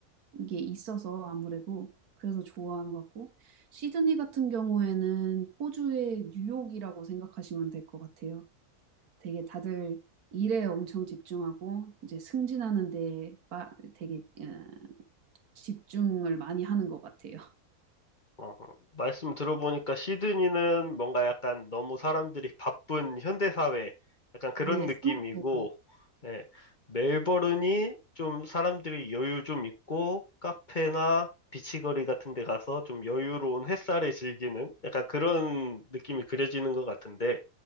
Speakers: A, on the right; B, on the left.
A: 게 있어서 아무래도 그래서 좋아하는 것 같고, 시드니 같은 경우에는 호주의 뉴욕이라고 생각하시면 될 것 같아요. 되게 다들 일에 엄청 집중하고 이제 승진하는 데 빠- 되게 어, 집중을 많이 하는 것 같아요. <laughs>
B: 어, 말씀 들어보니까 시드니는 뭔가 약간 너무 사람들이 바쁜 현대사회 약간 그런
A: 네,
B: 느낌이고,
A: 상업적이.
B: 예, 멜버른이 좀 사람들이 여유 좀 있고 카페나 비치거리 같은 데 가서 좀 여유로운 햇살을 즐기는 약간 그런 느낌이 그려지는 것 같은데,